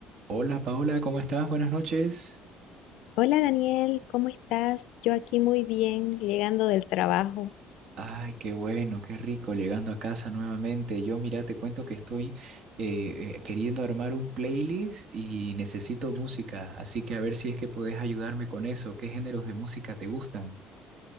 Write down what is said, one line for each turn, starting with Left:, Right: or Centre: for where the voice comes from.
Right: Hola Paola, ¿cómo estás? Buenas noches.
Left: Hola Daniel, ¿cómo estás? Yo aquí muy bien, llegando del trabajo.
Right: Ay, qué bueno, qué rico, llegando a casa nuevamente. Yo, mira, te cuento que estoy eh, eh, queriendo armar un playlist y necesito música, así que a ver si es que podés ayudarme con eso. ¿Qué géneros de música te gustan?